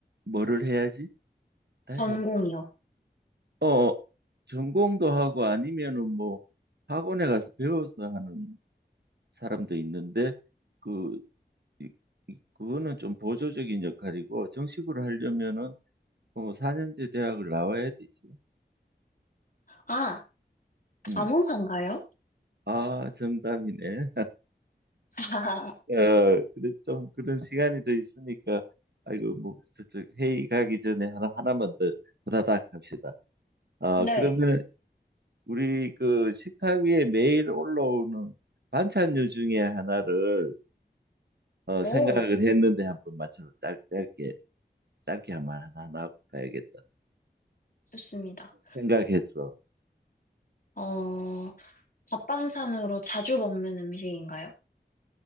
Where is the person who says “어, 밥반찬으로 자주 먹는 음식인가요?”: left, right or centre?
Left